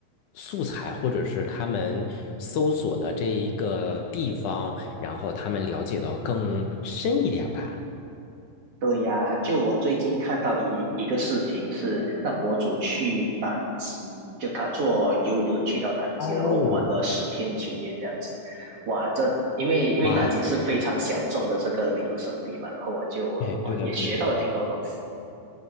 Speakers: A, on the left; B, on the right.
A: 素材，或者是他们搜索的这一个地方，然后他们了解到更深一点吧。
B: 对呀，就我最近看到一一个视频是，那博主去南极，就他坐游轮去到南极，
A: 哦，
B: 然后玩了十天九夜这样子。哇，这因为因为南极是非常小众的这个旅游胜地嘛，
A: 哇，
B: 然后我就哇也学到了挺多东西。
A: 哎，对的，对的。